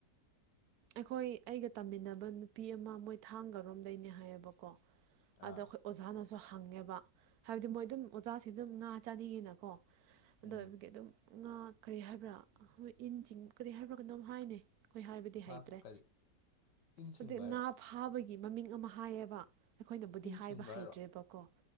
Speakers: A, on the right; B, on the left.
A: ꯑꯩꯈꯣꯏ ꯑꯩꯒ ꯇꯝꯃꯤꯟꯅꯕ ꯅꯨꯄꯤ ꯑꯃ ꯃꯣꯏ ꯊꯥꯡꯒꯔꯣꯝ ꯗꯩꯅꯦ ꯍꯥꯏꯌꯦꯕꯀꯣ
B: ꯑꯥ
A: ꯑꯗꯣ ꯑꯩꯈꯣꯏ ꯑꯣꯖꯥꯅꯁꯨ ꯍꯪꯉꯦꯕ ꯍꯥꯏꯕꯗꯤ ꯃꯣꯏ ꯑꯗꯨꯝ ꯑꯣꯖꯥꯁꯤ ꯑꯗꯨꯝ ꯉꯥ ꯆꯥꯅꯤꯡꯉꯤꯅꯀꯣ ꯑꯗꯨ
B: ꯎꯝ
A: ꯑꯣꯏꯕꯒꯤ ꯑꯗꯨꯝ ꯉꯥ ꯀꯔꯤ ꯍꯥꯏꯕ꯭ꯔ ꯏꯟ ꯆꯤꯡ ꯀꯔꯤ ꯍꯥꯏꯕ꯭ꯔ ꯀꯩꯅꯣꯝ ꯍꯥꯏꯅꯦ ꯑꯩꯈꯣꯏ ꯍꯥꯏꯕꯗꯤ ꯍꯩꯇ꯭ꯔꯦ
B: ꯉꯥ ꯀꯔꯤ ꯏꯟ ꯆꯤꯡꯕ
A: ꯍꯧꯖꯤꯛ
B: ꯍꯥꯏꯔꯣ
A: ꯉꯥ ꯐꯥꯕꯒꯤ ꯃꯃꯤꯡ ꯑꯃ ꯍꯥꯏꯌꯦꯕ ꯑꯩꯈꯣꯏꯅꯕꯨꯗꯤ
B: ꯏꯟ
A: ꯍꯥꯏꯕ
B: ꯆꯤꯡꯕ
A: ꯍꯩꯇ꯭ꯔꯦꯕꯀꯣ
B: ꯍꯥꯏꯔꯣ